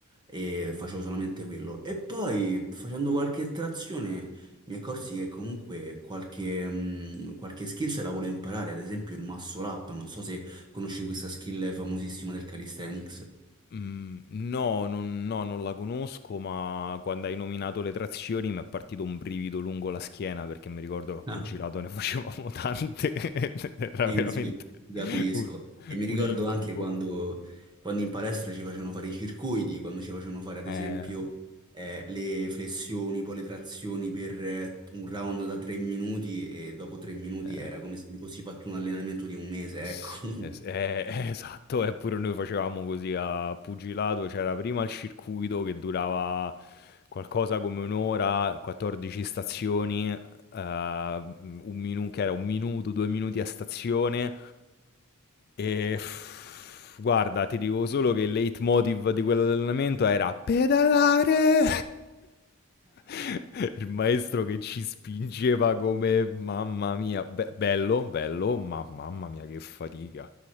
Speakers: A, on the right; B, on the left.
A: e facevo solamente quello. E poi facendo qualche trazione mi accorsi che comunque qualche, mh, qualche skill se la volevo imparare, ad esempio il muscle up, non so se conosci questa skill famosissima del calisthenics.
B: Mhmm, no, non no, non la conosco, ma quando hai nominato le trazioni mi è partito un brivido lungo la schiena, perché mi ricordo che a pugilato
A: <laughs>
B: ne facevamo tante <laughs> ed era
A: Sì,
B: veramente
A: sì, ti capisco.
B: un
A: E mi ricordo
B: un incubo.
A: anche quando, quando in palestra ci facevano fare i circuiti, quando ci facevano fare ad
B: Eh,
A: esempio eh, le flessioni, poi le trazioni per eh, un round da tre minuti e dopo tre minuti
B: eh,
A: era come se mi fossi fatto un allenamento di un mese,
B: sì,
A: ecco.
B: es
A: <laughs>
B: eh, <laughs> esatto, eh, pure noi facevamo così a pugilato, c'era prima il circuito che durava qualcosa come 1 ora, 14 stazioni ehm, un minu che era 1 minuto, 2 minuti a stazione e f- guarda, ti dico solo che il leitmotiv di quell'allenamento era: "Pedalare!" <laughs> Il maestro che ci spingeva come mamma mia, be bello, bello, ma mamma mia che fatica.